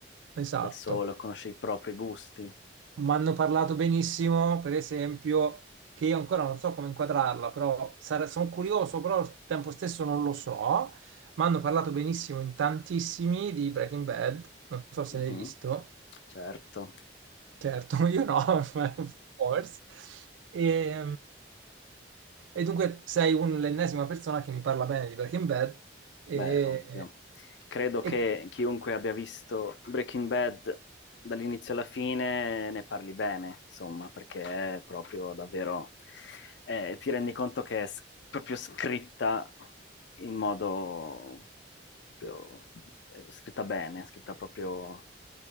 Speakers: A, on the right; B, on the left.
A: esatto.
B: da solo, conosce i propri gusti.
A: Mi hanno parlato benissimo, per esempio, che io ancora non so come inquadrarla, però sare- sono curioso, però al tempo stesso non lo so. Mi hanno parlato benissimo in tantissimi di Breaking Bad, non so se
B: Mhm,
A: l'hai visto,
B: Certo.
A: certo, <laughs> io no, <laughs> ma forse. E, e dunque sei un- l'ennesima persona che mi parla bene di Breaking Bad e,
B: Beh, ovvio. Credo
A: e-
B: che chiunque abbia visto Breaking Bad dall'inizio alla fine ne parli bene, insomma, perché è proprio davvero... eh, ti rendi conto che è s- proprio scritta in modo... proprio, eh, scritta bene, scritta proprio